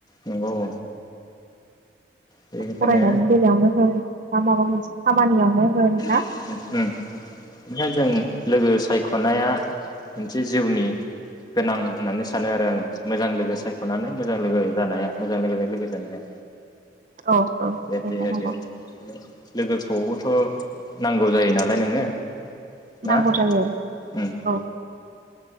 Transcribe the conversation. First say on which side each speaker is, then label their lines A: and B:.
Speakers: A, on the left; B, on the right.
A: नंगौ औ बेनिखायनो
B: फरायनायनि बेलायावनो होन मा माबा मोनसे खामानियावनो होन ना।
A: खायनो जों लोगो सायख'नाया मोनसे जिउनि गोनां होननानै सानो आरो आङो मोजां लोगो सायख'नानै मोजां लोगो जानाया। मोजां लोगोजों लोगो जानाया।
B: औ औ थारैनो
A: बे बेबायदि
B: नंगौ।
A: आरो लोगोखौबोथ'। नांगौ जायो नालाय नोंनो।
B: नांगौ
A: ना
B: जायो
A: उम
B: औ।